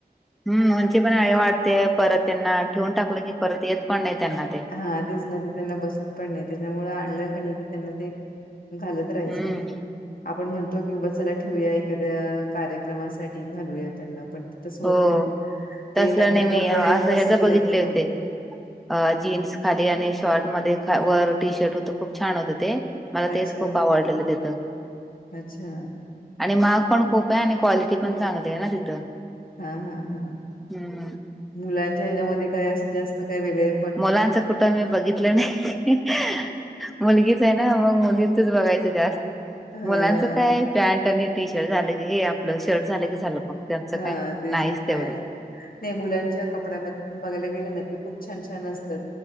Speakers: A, in the centre; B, on the left (about 60°).
A: हम. उंची पण आहे वाढते. परत त्यांना ठेवून टाकलं की परत येत पण नाही त्यांना ते.
B: हा. तेच ना. ते त्यांना बसत पण नाही. त्याच्यामुळे आणलं क नाही की त्यांना ते घालत-
A: हम्म
B: राहायच. आपण म्हणतो की ब चला ठेवूया. एखाद्या कार्यक्रमासाठी घालूया त्यांना. पण ते तसं होत
A: हो
B: नाही. ते
A: तसलं
B: नंतर
A: नाही मी
B: कपडे
A: असं
B: बसत
A: ह्याच बघितले
B: नाही एक तर मंग.
A: होते अ जीन्स खाली आणि शॉर्ट मध्ये वर टी शर्ट होतं. खूप छान होतं ते. मला
B: अच्छा
A: तेच खूप आवडलेलं तिथं.
B: अच्छा
A: आणि महाग खूप आहे. आणि क्वालिटी पण चांगली आहे ना तिथं?
B: हां. हां. हां.
A: हम्म.
B: मुलांच्या ह्याच्यामधे काय अस जास्त काय वेगळ?
A: मुलांचं कुठं मी बघितलं नाही. मुलगीच आहे ना? मग मुलींचच बघायचं जास्त.
B: हा
A: मुलांच- काय पॅन्ट आणि टी शर्ट झाले की, हे आपलं शर्ट झालं की झालं. मग त्यांचं
B: हा
A: काय
B: तेच
A: नाहीच
B: की पॅन्ट
A: तेवढे.
B: नाही मुलांच्या कपड्यामध्ये पण बघायला गेले ना तर खूपच छान छान असतात.